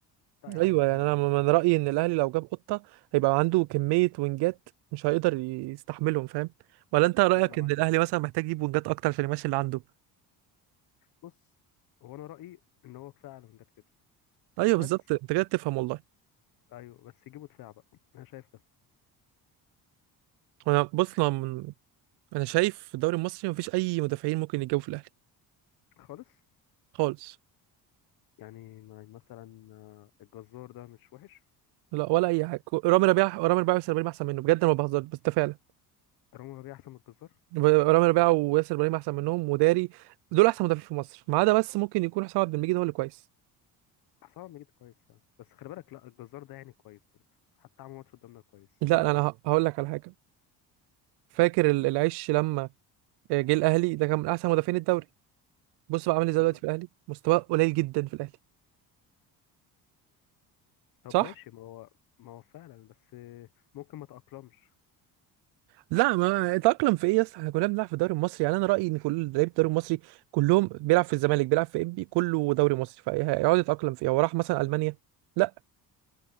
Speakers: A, on the left; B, on the right.
A: لا يا
B: أيوه
A: عم كده
B: يعني
A: يبقى
B: أنا من
A: اوفر
B: رأيي
A: كده
B: إن الأهلي لو جاب قطة هيبقى عنده كمية وينجات مش هيقدر يستحملهم فاهم ولا أنت رأيك
A: لا انا معاك
B: إن الأهلي مثلا محتاج يجيب وينجات أكتر عشان يمشي اللي عنده
A: بص هو انا رايي ان هو كفايه على فنجان كده
B: أيوه
A: بس
B: بالظبط أنت كده بتفهم والله
A: ايوه بس يجيبوا دفاع بقى انا شايف ده
B: أنا بص أنا من- أنا شايف في الدوري المصري مفيش أي مدافعين ممكن يتجابوا في الأهلي
A: خالص
B: خالص
A: يعني ما- مثلا آه، الجزار ده مش وحش
B: لا ولا
A: مش
B: أي حاجة رامي ربيعة رامي ربيعة بس أحسن منه بجد أنا ما بهزرش بس ده فعلا
A: رامي ربيعه احسن من الجزار
B: رامي ربيعه وياسر ابراهيم احسن منهم وداري دول احسن مدافعين في مصر ما عدا بس ممكن يكون حسام عبد المجيد هو اللي كويس
A: حسام عبد المجيد كويس فعلا بس خلي بالك لا الجزار ده يعني كويس برضه حتى عمل ماتش قدامنا كويس
B: لا
A: ده رايي
B: انا ه- هقول لك على حاجه فاكر ال- العش لما آه، جه الاهلي ده كان من احسن مدافعين الدوري بص بقى عامل ازاي
A: يعني
B: دلوقتي في الاهلي مستواه قليل جدا في الاهلي
A: طب
B: صح
A: ماشي ما هو ما هو فعلا بس ممكن ما تأقلمش
B: لا ما اتأقلم في ايه يا اسطى احنا كلنا بنلعب في الدوري المصري يعني انا رأيي ان كل لعيبه الدوري المصري كلهم بيلعب في الزمالك بيلعب في انبي كله دوري مصري فهيقعد يتأقلم في ايه هو راح مثلا المانيا لا